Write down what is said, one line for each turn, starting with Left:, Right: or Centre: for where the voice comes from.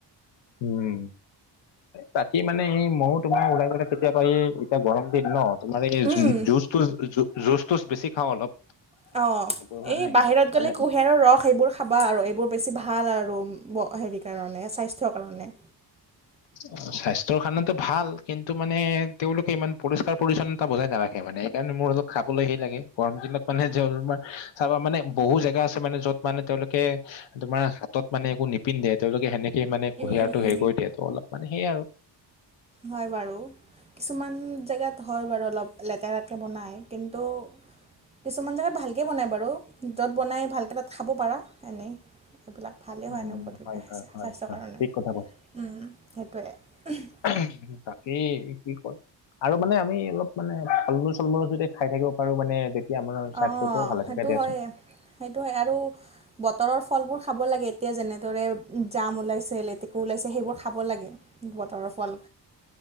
Left: উমঁ বাকী মানে এই ময়ো তোমাৰ ওলাই গলে কেতিয়াবা এই এতিয়া গৰম দিন ন তোমাৰ এই
Right: উম
Left: জুচ জুচটোচ বেছি খাওঁ অলপ।
Right: অঁ
Left: এইবোৰ মানে
Right: এই বাহিৰত
Left: খালে
Right: গ'লে কুঁহিয়াৰৰ ৰস এইবোৰ খাবা আৰু এইবোৰ বেছি ভাল আৰু হেৰি কাৰণে স্বাস্থ্যৰ কাৰণে।
Left: অঁ স্বাস্থ্যৰ কাৰণেতো ভাল কিন্তু মানে তেওঁলোকে ইমান পৰিষ্কাৰ পৰিচ্ছন্নত,,, টা বজাই নাৰাখে মানে সেইকাৰণে মোৰ অলপ খাবলৈ সেই লাগে গৰম দিনত মানে যে অলপমান চাবা মানে বহু জেগা আছে মানে য'ত মানে তেওঁলোকে তোমাৰ হাতত মানে একো পিন্ধে তেওঁলোকে সেনেকে মানে কুঁহিয়াৰটো
Right: উম উম উম
Left: হেৰি দিয়ে ত অলপানেয় সেই আৰু।
Right: হয়ঁ! বাৰু। কিছুমান জেগাত হয় বাৰু অলপ লেতেৰাকৈ বনায় কিন্তু কিছুমান জেগাত ভালকৈ বনায় বাৰু য'ত বনাই ভালকৈ তাত খাব পাৰা এনেই এইবিলাক। ভালেই
Left: উম
Right: হয় ন বৈধতা
Left: হয়
Right: হৈছে
Left: হয় হয়
Right: স্বাস্থ্যৰ
Left: হয়
Right: কাৰণে
Left: ঠিক
Right: ওম
Left: কথা
Right: সেইটোৱে ওহোঁ।
Left: ওহোঁ বাকী কি কয়। আৰু মানে আমি অলপ মানে ফল মূল চল মূল যদি খাই থাকিব পাৰো মানে। তেতিয়া আমাৰ স্বাস্থ্যয়টো
Right: অঁ
Left: ভাল
Right: সেইটো
Left: থকে দিয়াচোন।
Right: হয় সেইটো হয় আৰু,,, বতৰৰ ফলবোৰ খাব লাগে এতিয়া যেনেদৰে জাম ওলাইছে লেতেকু ওলাইছে সেইবোৰ খাব লাগে। বতৰৰ ফল।